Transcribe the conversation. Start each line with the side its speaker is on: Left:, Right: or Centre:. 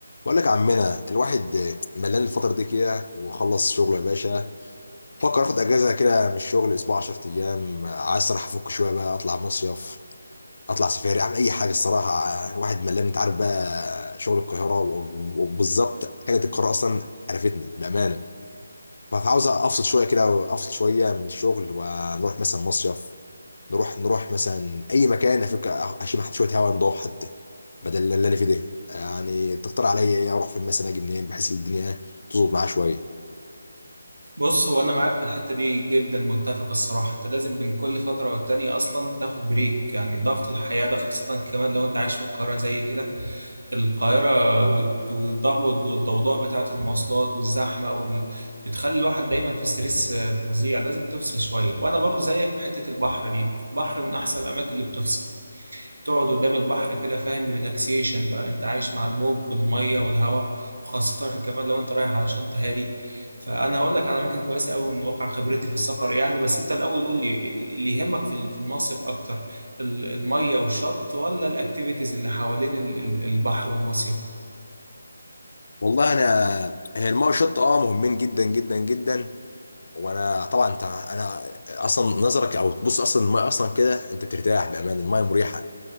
Left: بقول لك يا عمنا الواحد ملان الفترة دي كده وخلص شغله يا باشا فكر اخد اجازة كده من الشغل اسبوع 10 ايام عايز الصراحة افك شوية بقى اطلع مصيف اطلع سفاري اعمل اي حاجة الصراحة الواحد ملان انت عارف بقى شغل القاهرة و- وبالظبط حاجة القاهرة اصلا عرفتني بأمانة فعاوز افصل شوية كده وافصل شوية من الشغل ونروح مثلا مصيف نروح نروح مثلا اي مكان افك اشم حتى شويه هواء نضاف حتى بدل اللي انا فيه ده يعني تقترح عليا ايه اروح فين مثلا اجي منين بحيث الدنيا تظبط معايا شويه
Right: بص هو انا معاك في الحته دي جدا متفق الصراحه انت لازم بين كل فتره والتانيه اصلا تاخد بريك يعني ضغط الحياه ده خاصه كمان لو انت عايش في القاهره زي كده القاهره والت- والضغط والضوضاء بتاعه المواصلات والزحمه وال... بتخلي الواحد دايما في ستريس آه، فظيع لازم تفصل شويه وانا برضو زيك في حته البحر دي البحر من احسن الاماكن اللي بتفصل تقعد قدام البحر كده فاهم ريلاكسيشن بقى انت عايش مع الموج والميه والهواء خاصة كمان لو انت رايح على شط هادي فانا هقول لك على اماكن كويسة قوي من واقع خبرتي في السفر يعني بس انت الاول قول لي اللي يهمك في في المصيف اكتر ال- الميه والشط ولا الاكتيفيتيز اللي حوالين ال- ال- البحر والمصيف
Left: والله انا هي الماء والشط اه مهمين جدا جدا جدا وانا طبعا انت انا اصلا نظرك او تبص اصلا الماء اصلا كده انت بترتاح بامان الماء مريحه